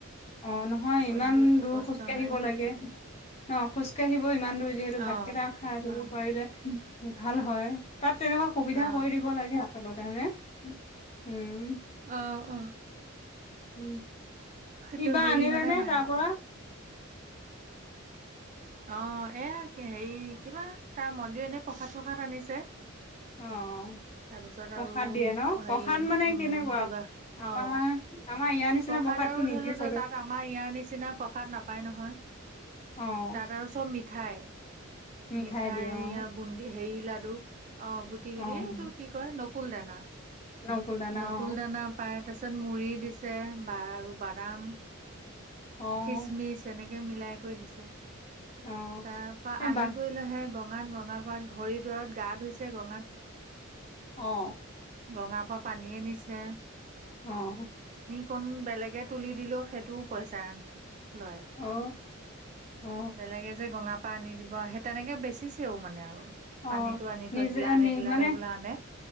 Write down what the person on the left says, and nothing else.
অঁ নহয়,
ইমান
দূৰ
খোজকাঢ়িব
লাগে। ন খোজ কাঢ়িবও ইমান দূৰ যিহেতু
ভাতকেইটা খাই লব
পাৰিলে। ভাল হ'য়, তাত তেনেকুৱা সুবিধা
কৰি দিব লাগে আচলতে হ'য় নে? উম
উম
কিবা
আনিলে
নে
তাৰ
পৰা।
অঁ অঁ
প্ৰসাদ
দিয়ে ন
প্ৰসাদ মানে
কেনেকুৱা
আমাৰ।
আমাৰ ইয়াৰ নিচিনা
প্ৰসাদটো
নিদিয়ে
চাগে
অ',
মিঠাই
দিয়ে অ',
অ',
নকুল দানা
অ',
অ'।
অ
এ
বাহ
অ
অ
অ অ
অ
নিজে
নি
মানে